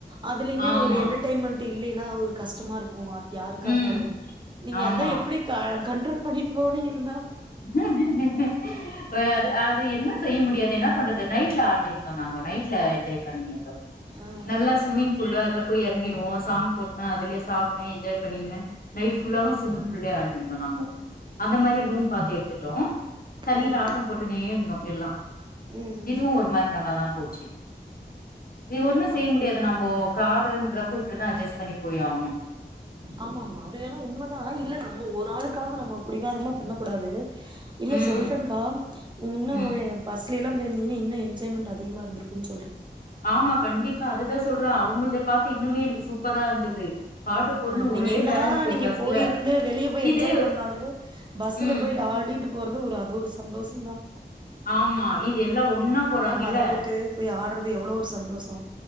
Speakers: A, on the right; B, on the left.
A: அதுலயுமே
B: ஆமா
A: ஒரு எண்டர்டெய்ன்மெண்ட் இல்லன்னா அவரு கஷ்டமா இருக்கும் அது யாருக்கா
B: ம்
A: இருந்தாலும் நீங்க
B: ஆமா
A: அதான் எப்டிக்கா கண்ட்ரோல் பண்ணிட்டு போனீங்கன்
B: ஹிஹிஹி அது அது என்ன செய்ய முடியாது என்ன பண்றது நைட்ல ஆடிட்ருந்தோம் நாங்க நைட்ல என்ஜாய் பண்ணிங்கினு
A: ஆ
B: நல்லா ஸ்ம்மிங் பூல்ல அது போய் எறங்கிடுவோ சாங் போட்னு அதுலயே சாப்ட்டே என்ஜாய் பண்ணினே நைட் ஃபுல்லாவு ஸ்விம்மிங் பூல்லயே ஆடினுருந்தோ நாங்கோ அந்த மாரி
A: ம்
B: ரூம் எடுத்துட்டோ தண்ணியில
A: ம்
B: ஆட்டம் போட்டுனே இருந்தோம் எல்லாம்
A: ம் ம்
B: இதுவு ஒரு மாரி நல்லாதா போச்சு இது ஒண்ணும் செய்ய
A: ஆ
B: முடியாது நம்போ காருன்றப்போ இப்டிதா அட்ஜஸ் பணி போய் ஆகணும்
A: ஆமா ஆமா அது வேணா உண்மதான் இல்ல நம்ம ஒரு ஆளுக்காக நம்ம பிடிவாதமா பண்ணக்கூடாது இல்ல
B: ம்
A: சொல்றேங்க்கா நீங்க இன்னு
B: ம்
A: பஸ் எல்லாம் போயிருந்தீங்கன்ன என்ஜாய்மெண்ட் அதிகமா இருந்திருகுன்னு சொல்றேன்
B: ஆமா கண்டிப்பா அதுதான் சொல்றேன் அவங்களதப் பார்த்து இன்னுமே எனக்கு சூப்பரா இருந்தது பாட்டு போட்னு
A: ஆஹ் நீங்க
B: ஒரே
A: என்னதான்
B: டான்ஸு
A: நீங்க
B: பஸ்ல
A: போயிருந்து வெளிய போய்
B: இது
A: என்ஜாய் பண்ணாலும் பஸ்ல
B: ம்
A: போய் ஆடிட்டு போரது ஒரு அது ஒரு சந்தோஷம் தான்
B: ஆமா இது எல்லாம் ஒன்னா போறாங்கிள்ள
A: மறந்துட்டு போய் ஆடுறது எவ்ளோ ஒரு சந்தோஷோ